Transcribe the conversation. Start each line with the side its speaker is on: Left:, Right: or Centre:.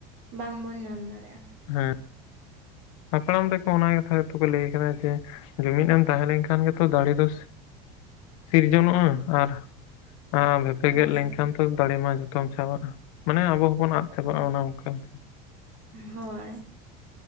Right: ᱵᱟᱝ ᱵᱚᱱ ᱧᱟᱢ ᱫᱟᱲᱮᱭᱟᱜᱼᱟ ᱾
Left: ᱦᱮᱸ ᱾ ᱦᱟᱯᱲᱟᱢ ᱨᱮᱠᱚ ᱚᱱᱟ ᱠᱟᱛᱷᱟ ᱜᱮ ᱛᱚ ᱠᱚ ᱞᱟᱹᱭ ᱟᱠᱟᱫᱟ ᱡᱮ ᱡᱩᱢᱤᱫ ᱮᱢ ᱛᱟᱦᱮᱸ ᱞᱮᱱᱠᱷᱟᱱ ᱜᱮᱛᱚ ᱫᱟᱲᱮ ᱫᱚ ᱥᱤᱨᱡᱚᱱᱚᱜᱼᱟ ᱟᱨ᱾ ᱟᱨ ᱵᱷᱮᱯᱮ
Right: ᱦᱳᱭ
Left: ᱜᱮᱫ ᱞᱮᱱᱠᱷᱟᱱ ᱛᱚ ᱫᱟᱲᱮ ᱢᱟ ᱡᱚᱛᱚᱢ ᱪᱟᱵᱟᱜᱼᱟ, ᱢᱟᱱᱮ ᱟᱵᱚ ᱦᱚᱸᱵᱚᱱ ᱟᱫ ᱪᱟᱵᱟᱜᱼᱟ ᱚᱱᱟ ᱚᱱᱠᱟ ᱾
Right: ᱦᱳᱭ ᱾